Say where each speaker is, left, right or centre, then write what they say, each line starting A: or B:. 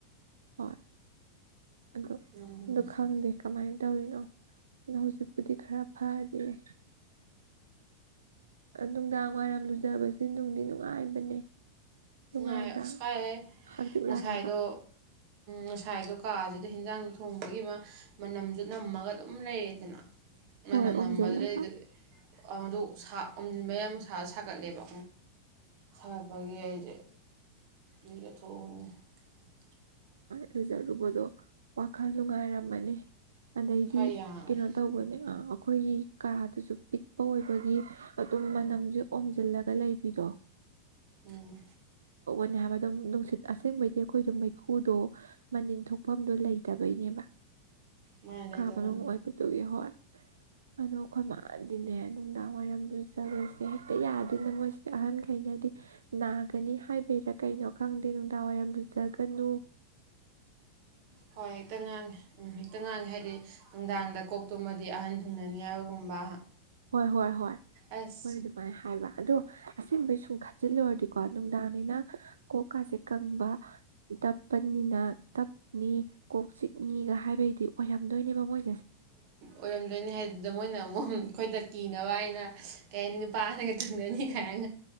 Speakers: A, on the right; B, on the right.
A: ꯍꯣꯏ ꯑ
B: ꯅꯨꯡꯁꯦ
A: ꯑꯗꯨꯣ ꯈꯪꯗꯦ ꯀꯃꯥꯏꯅ ꯇꯧꯔꯤꯅꯣ ꯑꯗꯣ ꯍꯧꯖꯤꯛꯄꯨꯗꯤ ꯈꯔ ꯐꯔꯤꯌꯦ ꯅꯨꯡꯗꯥꯡ ꯋꯥꯏꯔꯝ ꯂꯨꯖꯕꯁꯦ ꯅꯨꯡꯗꯤ ꯅꯨꯡꯉꯥꯏꯕꯅꯦ ꯅꯨꯡꯉꯥꯏꯕ꯭ꯔꯥ
B: ꯥꯏ ꯑꯁ ꯀꯥꯏꯑꯦ
A: ꯍꯛꯆꯤꯛ
B: ꯉꯁꯥꯏꯗꯣ
A: ꯂꯥꯡꯉꯒ
B: ꯉꯁꯥꯏꯗꯣ ꯀꯥꯁꯤꯗ ꯍꯤꯟꯖꯥꯡ ꯊꯣꯡꯕꯒꯤ ꯑꯃ ꯃꯅꯝꯁꯨ ꯅꯝꯃꯒ ꯑꯗꯨꯝ ꯂꯩꯌꯦꯗꯅ ꯃꯅꯝ
A: ꯍꯣꯏ ꯑꯣꯝꯁꯤꯜꯂꯒ
B: ꯅꯝꯕꯗꯨꯗꯩꯗꯨꯗꯤ ꯑꯗꯨ ꯑꯃꯝꯖꯤꯟꯕꯌꯥꯝ ꯑꯃꯛ ꯁꯥ ꯁꯥꯒꯠꯂꯦꯕ ꯁꯥꯒꯠꯄꯒꯤ ꯑꯩꯁꯦ ꯌꯦ ꯑꯊ <unintelligible>
A: ꯍꯣꯏꯖꯔꯨꯕꯗꯣ ꯋꯥꯈꯜ ꯅꯨꯡꯉꯥꯏꯔꯝꯃꯅꯤ ꯑꯗꯩꯗꯤ
B: ꯈꯔ ꯌꯥꯡꯉꯦ
A: ꯀꯩꯅꯣ ꯇꯧꯕꯅꯦ ꯑꯩꯈꯣꯏꯒꯤ ꯀꯥꯗꯨꯁꯨ ꯄꯤꯛꯄ ꯑꯣꯏꯕꯒꯤ ꯑꯗꯨꯝ ꯃꯅꯝꯁꯦ ꯑꯣꯝꯁꯤꯜꯂꯒ ꯂꯩꯕꯤꯗꯣ
B: ꯎꯝ
A: <unintelligible> ꯗꯨꯝ ꯅꯨꯡꯁꯤꯠ ꯑꯁꯦꯡꯕꯩꯗꯤ ꯑꯩꯈꯣꯏ ꯑꯗꯨꯝ ꯃꯩ ꯈꯨꯨꯗꯣ ꯃꯅꯤꯟ ꯊꯣꯛꯐꯝꯗꯨꯣ ꯂꯩꯇꯕꯩꯅꯦꯕ
B: ꯃꯥꯏ ꯂꯩꯇꯕꯩꯅꯦ
A: ꯀꯥ ꯃꯅꯨꯡ ꯑꯣꯏꯕꯗꯨꯒꯤ ꯍꯣꯏ ꯑꯗꯣ ꯑꯩꯈꯣꯏ ꯃꯥꯗꯤꯅꯦ ꯅꯨꯡꯗꯥꯡ ꯋꯥꯏꯔꯝ ꯂꯨꯖꯕꯁꯦ ꯍꯦꯛꯇ ꯌꯥꯗꯦꯅ ꯃꯣꯏꯁꯤ ꯑꯍꯟꯈꯩꯅꯗꯤ ꯒꯅꯤ ꯍꯥꯏꯕꯩꯔꯥ ꯀꯩꯅꯣ ꯈꯪꯗꯦ ꯅꯨꯡꯗꯥꯡ ꯋꯥꯏꯔꯝ ꯂꯨꯖ ꯒꯅꯨ
B: ꯍꯣꯏ ꯍꯦꯛꯇ ꯉꯥꯡꯉꯤ ꯎꯝ ꯍꯦꯛꯇ ꯉꯥꯡꯉꯤ ꯍꯥꯏꯗꯤ ꯅꯨꯡꯗꯥꯡꯗ ꯀꯣꯛꯇꯨꯃꯗꯤ ꯑꯍꯟ ꯊꯨꯡꯅꯅꯤ ꯍꯥꯏꯕꯒꯨꯝꯕ
A: ꯍꯣꯏ ꯍꯣꯏ ꯍꯣꯏ
B: ꯑꯁ
A: ꯍꯣꯏ ꯑꯗꯨꯃꯥꯏꯅ ꯍꯥꯏꯕ ꯑꯗꯣ ꯑꯁꯦꯡꯕꯩ ꯁꯨꯝ ꯈꯥꯖꯤꯜꯂꯨꯔꯗꯤ ꯀꯣ ꯅꯨꯡꯗꯥꯡꯅꯤꯅ ꯀꯣꯛꯀꯥꯁꯦ ꯀꯪꯕ ꯇꯞꯄꯅꯤꯅ ꯇꯞꯅꯤ ꯀꯣꯛ ꯆꯤꯛꯅꯤꯒ ꯍꯥꯏꯕꯩꯗꯤ ꯑꯣꯏꯔꯝꯗꯣꯏꯅꯦꯕ ꯃꯣꯏ
B: ꯑꯣꯏꯔꯝꯗꯣꯏꯅꯤ ꯍꯥꯏꯗꯨꯗ ꯃꯣꯏꯅ ꯑꯃꯨꯛ ꯑꯩꯈꯣꯏꯗ ꯀꯤꯅꯕ ꯍꯥꯏꯅ ꯀꯩ ꯍꯥꯏꯅꯤ ꯅꯨꯄꯥ ꯑꯍꯟꯒ ꯊꯨꯡꯅꯅꯤ ꯀ ꯍꯥꯏ